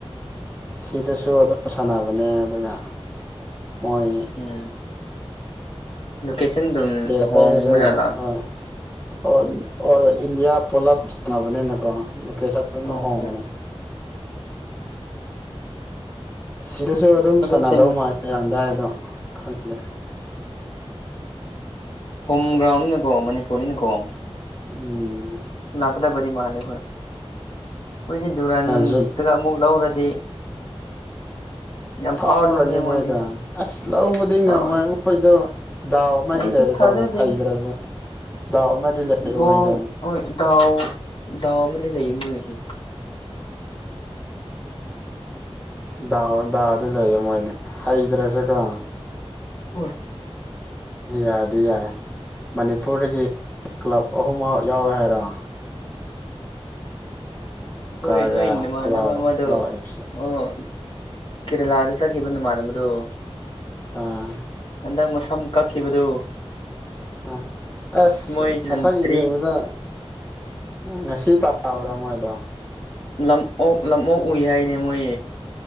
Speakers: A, on the left; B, on the left.
A: ꯁꯤꯗꯁꯨ ꯑꯗꯨꯝ ꯁꯥꯟꯅꯕꯅꯦ ꯑꯗꯨꯒ ꯃꯣꯏ
B: ꯎꯝ ꯂꯣꯀꯦꯁꯟ ꯑꯗꯨꯝ
A: ꯁ꯭ꯇꯦꯠ ꯑꯇꯩꯗꯁꯨ
B: ꯍꯣꯡꯕꯖꯥꯠꯂꯥ
A: ꯍꯣꯢ ꯑꯣꯟ ꯑꯣꯜ
B: ꯎꯝ
A: ꯏꯟꯗꯤꯌꯥ ꯄꯨꯂꯞ ꯁꯥꯟꯅꯕꯅꯤꯅꯀꯣ <unintelligible>
B: ꯑꯣ ꯑꯣ
A: ꯍꯣꯡꯕꯅꯦ ꯁꯤꯗꯁꯨ ꯑꯗꯨꯝ
B: ꯑꯗꯣ
A: ꯁꯥꯟꯅꯗꯧ
B: ꯁꯦꯝ
A: ꯃꯥꯜꯂꯦ ꯔꯥꯡꯗꯥꯏꯗꯣ ꯈꯪꯗꯦ
B: ꯍꯣꯝ ꯒ꯭ꯔꯥꯎꯟꯅꯤꯅꯀꯣ ꯃꯅꯤꯄꯨꯔꯅꯤꯅꯀꯣ
A: ꯎꯝ
B: ꯂꯥꯛꯀꯗꯕꯗꯤ ꯃꯥꯜꯂꯦ ꯍꯣꯏ ꯃꯣꯏꯁꯤ ꯗꯨꯨꯔꯟ
A: ꯖꯨꯠ
B: ꯀꯞ ꯑꯃꯨꯛ ꯂꯧꯔꯗꯤ ꯌꯥꯝ
A: ꯐꯥꯎꯔꯅꯤ
B: ꯐꯥꯎꯔꯅꯤꯅꯦ ꯃꯣꯏꯁꯦ
A: ꯃꯣꯏꯗꯣ ꯑꯁ ꯂꯧꯕꯗꯤ
B: ꯐꯥꯎꯔꯅꯤ
A: ꯉꯝꯃꯣꯏ ꯃꯣꯏꯗꯣ ꯗꯥꯎ ꯑꯃꯗꯤ
B: ꯑꯩꯁꯨ
A: ꯂꯩꯌꯦꯀꯣ
B: ꯊꯥꯖꯗꯦꯅꯦ
A: ꯍꯩꯇ꯭ꯔꯖꯨ ꯗꯥꯎ ꯑꯃꯗꯤ ꯂꯩꯌꯦꯕ
B: ꯕꯣꯜ
A: ꯃꯣꯏꯗꯣ
B: ꯍꯣꯏ ꯗꯥꯎ ꯗꯥꯎ ꯑꯃꯗꯤ ꯂꯩ ꯃꯣꯏꯒꯤ
A: ꯗꯥꯎ ꯗꯥꯎꯗ ꯂꯩꯌꯦ ꯃꯣꯏꯗꯣ ꯍꯩꯇ꯭ꯔꯁꯨꯀꯣ
B: ꯍꯣꯏ
A: ꯌꯥꯗꯤ ꯌꯥꯏ ꯃꯅꯤꯄꯨꯔꯗꯒꯤ ꯀ꯭ꯂꯕ ꯑꯍꯨꯝ ꯃꯛ ꯌꯥꯎꯋꯦ ꯍꯥꯏꯔꯣ
B: ꯍꯣꯏ
A: ꯀꯥꯒ
B: ꯅꯣꯏ ꯅꯃꯥꯟꯅꯕ
A: ꯇꯔꯥꯎ
B: ꯑꯃꯗꯣ
A: ꯇꯔꯥꯎ ꯑꯦꯐ ꯁꯤ
B: ꯑꯣ ꯀꯦꯔꯦꯂꯥꯗ ꯆꯠꯈꯤꯕ ꯅꯃꯥꯟꯅꯕꯗꯣ
A: ꯑꯥ
B: ꯍꯟꯗꯛ ꯃꯁꯝ ꯀꯛꯈꯤꯕꯗꯨ
A: ꯑ ꯑꯁ
B: ꯃꯣꯏ ꯁꯟꯇ꯭ꯔꯤ
A: ꯃꯁꯛ ꯌꯦꯡꯕꯗ ꯉꯁꯤ ꯇꯥꯕ꯭ꯔꯥ ꯃꯣꯏꯗꯣ
B: ꯂꯝ ꯑꯣꯛ ꯂꯝ ꯑꯣꯛ ꯎꯏ ꯍꯥꯏꯅꯦ ꯃꯣꯏ